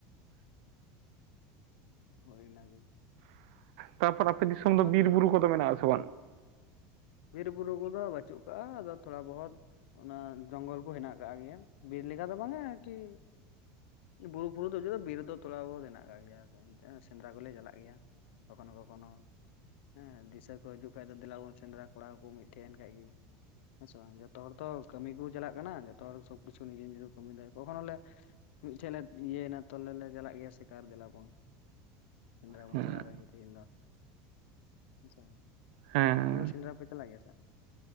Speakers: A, on the left; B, on the right.
A: ᱦᱳᱭ ᱚᱱᱟᱜᱮ
B: ᱛᱟᱯᱚᱨ ᱟᱯᱮ ᱫᱤᱥᱚᱢ ᱫᱚ
A: ᱟᱨ
B: ᱵᱤᱨ
A: ᱛᱟᱦᱚᱞᱮ
B: ᱵᱩᱨᱩ ᱠᱚᱫᱚ ᱢᱮᱱᱟᱜ ᱟᱥᱮ ᱵᱟᱝ?
A: ᱵᱤᱨᱵᱩᱨᱩ ᱠᱚᱫᱚ ᱵᱟᱹᱪᱩᱜ ᱠᱟᱜ-ᱟ ᱟᱫᱚ ᱛᱷᱚᱲᱟ ᱵᱚᱦᱚᱛ ᱚᱱᱟ ᱡᱚᱝᱜᱚᱞ ᱠᱚ ᱦᱮᱱᱟᱜ ᱟᱠᱟᱫ ᱜᱮᱭᱟ ᱵᱤᱨ ᱞᱮᱠᱟ ᱫᱚ ᱵᱟᱝᱟ ᱟᱨᱠᱤ ᱵᱩᱨᱩ ᱵᱩᱨᱩ ᱫᱚ ᱫᱚ ᱵᱤᱨ ᱫᱚ ᱛᱷᱚᱲᱟ ᱵᱚᱦᱩᱛ ᱦᱮᱱᱟᱜ ᱠᱟᱜ ᱜᱮᱭᱟ ᱥᱮᱸᱫᱽᱨᱟ ᱠᱚᱞᱮ ᱪᱟᱞᱟᱜ ᱜᱮᱭᱟ ᱠᱚᱠᱷᱚᱱᱳ ᱠᱚᱠᱷᱚᱱᱳ ᱦᱮᱸ ᱫᱤᱥᱟᱹ ᱠᱚ ᱦᱤᱡᱩᱜ ᱠᱷᱟᱱ ᱫᱚ ᱫᱮᱞᱟ ᱵᱚᱱ ᱥᱮᱸᱫᱽᱨᱟ ᱠᱚ ᱠᱚᱲᱟ ᱠᱚ ᱢᱤᱫ ᱴᱷᱮᱪ ᱮᱱ ᱠᱷᱟᱡ ᱜᱮ ᱦᱮᱸᱥᱮ ᱵᱟᱝ ᱡᱚᱛᱚ ᱦᱚᱲ ᱛᱚ ᱠᱟᱹᱢᱤ ᱠᱚ ᱪᱟᱞᱟᱜ ᱠᱟᱱᱟ ᱡᱚᱛᱚ ᱦᱚᱲ ᱥᱚᱵ ᱠᱤᱪᱷᱩ ᱱᱤᱡᱮ ᱱᱤᱡᱮ ᱠᱚ ᱠᱟᱹᱢᱤᱭ ᱫᱟᱭ ᱠᱚᱠᱷᱚᱱ ᱦᱚᱞᱮ ᱢᱤᱫᱴᱷᱮᱱ ᱞᱮ ᱤᱭᱟᱹᱭᱮᱱᱟ ᱛᱚ ᱟᱞᱮ ᱞᱮ ᱪᱟᱞᱟᱜ ᱜᱮᱭᱟ ᱥᱮᱠᱟᱨ ᱫᱮᱞᱟᱵᱚᱱ ᱥᱮᱸᱫᱽᱨᱟ ᱵᱚᱱ
B: ᱦᱮᱸ
A: ᱪᱟᱞᱟᱣ ᱞᱮᱱ ᱜᱮ ᱛᱤᱦᱤᱧ ᱫᱚ <inaudible> ᱦᱮᱸ ᱥᱮ ᱵᱟᱝ
B: ᱦᱮᱸ
A: ᱟᱯᱮ ᱫᱚ ᱥᱮᱸᱫᱽᱨᱟ ᱯᱮ ᱪᱟᱞᱟᱜ ᱜᱮᱭᱟ ᱥᱟᱨ